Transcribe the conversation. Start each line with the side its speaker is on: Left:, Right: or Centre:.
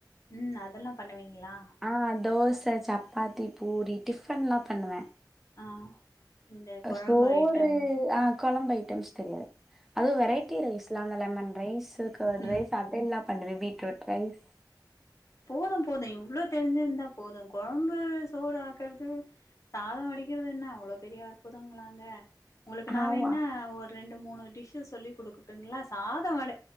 Left: ம் அதெல்லா பண்ணுவீங்களா
Centre: ஆ
Left: சரி.
Centre: தோச சப்பாத்தி பூரி டிஃபன்லா பண்ணுவே
Left: ஆ இந்த
Centre: அ
Left: கொழம்பு
Centre: சோறு
Left: ஐட்டம்
Centre: ஆ கொழம்ப் ஐட்டம்ஸ் தெரியாத் அதுவு வெரைட்டி ரைஸ் லாங்க லெமன் ரைஸ்ஸு காட்
Left: ம்
Centre: ரைஸ் அதெல்லா பண்ணுவெ பீட்ரூட் ரைஸ்
Left: போது போது இவ்ளோ தெரிஞ்சிருந்தா போது கொழம்பு சோறு ஆக்குற்து சாதோ வடிக்கிற்து என்ன அவ்ளோ பெரிய அற்புதங்களாங்க உங்களுக்கு நா
Centre: ஆமா.
Left: வேணுனா ஒர் ரெண்டு மூணு டிஷ்ஷு சொல்லி குடுக்கட்டுங்களா சாதவட